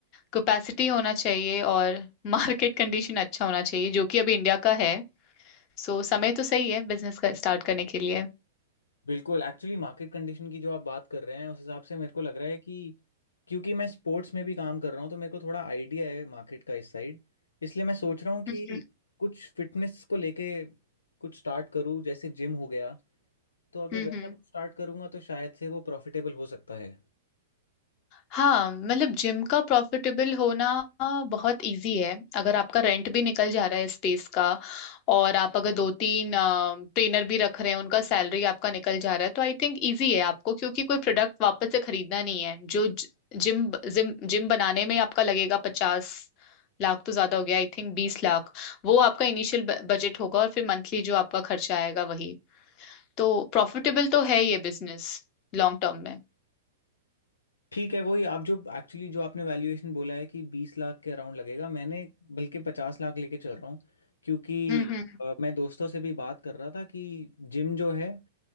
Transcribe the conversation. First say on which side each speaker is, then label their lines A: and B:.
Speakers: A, on the left; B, on the left.
A: कैपेसिटी होना चाहिए और मार्केट कंडीशन अच्छा होना चाहिए जो कि अभी इंडिया का है सो समय तो सही है बिजनेस का स्टार्ट करने के लिए
B: बिल्कुल एक्चुअली मार्केट कंडीशन की जो आप बात कर रहे हैं उस हिसाब से मेरे को लग रहा है कि क्योंकि मैं स्पोर्ट्स में भी काम कर रहा हूँ तो मेरे को थोड़ा आइडिया है मार्केट का इस साइड इसलिए मैं सोच रहा हूँ
A: हम्म
B: कि कुछ फिटनेस को लेके कुछ स्टार्ट करूँ जैसे जिम हो गया तो अगर
A: हम्म
B: वैसा
A: हम्म
B: कुछ स्टार्ट करूंगा तो शायद से वो प्रॉफिटेबल हो सकता है
A: हाँ मतलब जिम का प्रॉफिटेबल होना आ, बहुत इजी है अगर आपका रेंट भी निकल जा रहा है स्पेस का और आप अगर दो तीन ट्रेनर भी रख रहे हैं उनका सैलरी आपका निकल जा रहा है तो आई थिंक इजी है आपको क्योंकि कोई प्रोडक्ट वापस से खरीदना नहीं है जो जिम जिम जिम बनाने में आपका लगेगा पचास लाख तो ज्यादा हो गया आई थिंक बीस लाख वो आपका इनिशियल बजट होगा और फिर मंथली जो आपका खर्चा आएगा वही तो प्रॉफिटेबल तो है ये बिजनेस लॉन्ग टर्म में
B: ठीक है वही आप जो एक्चुअली जो आपने वैल्यूएशन बोला है कि बीस लाख के अराउंड लगेगा मैंने बल्कि पचास लाख लेके चल रहा हूँ क्योंकि
A: हम्म हम्म
B: अ, मैं दोस्तों से भी बात कर रहा था कि जिम जो है